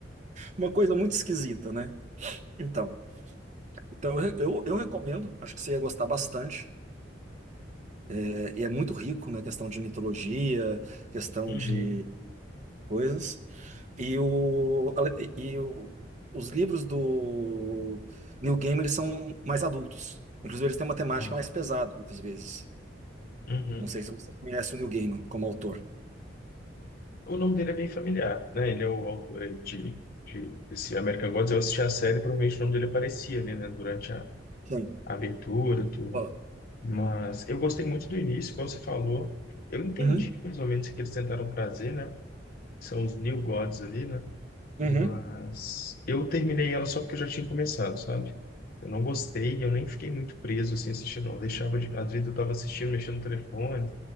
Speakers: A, on the right; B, on the left.
A: uma coisa muito esquisita, né? Então, então eu, eu, eu recomendo. Acho que você ia gostar bastante. É, E é muito rico na questão de mitologia, questão
B: Uhum.
A: de coisas. E, o, e o- os livros do Neil Gaiman eles são mais adultos. Inclusive, eles têm uma temática
B: É.
A: mais pesada, muitas vezes.
B: Uhum.
A: Não sei se você conhece o Neil Gaiman como autor.
B: O nome dele é bem familiar, né? Ele é o autor aí de, de, desse American Gods. Eu assisti a série, provavelmente o nome dele aparecia ali, né? Durante a,
A: Sim.
B: a abertura, tudo.
A: Ó.
B: Mas eu gostei muito do início, como você falou. Eu entendi
A: Uhum,
B: mais ou menos o que eles tentaram trazer, né? São os New Gods ali, né?
A: uhum.
B: Mas eu terminei ela só porque eu já tinha começado, sabe? Eu não gostei, eu nem fiquei muito preso assim assistindo, não. Eu deixava de... Às vezes eu tava assistindo, mexendo no telefone,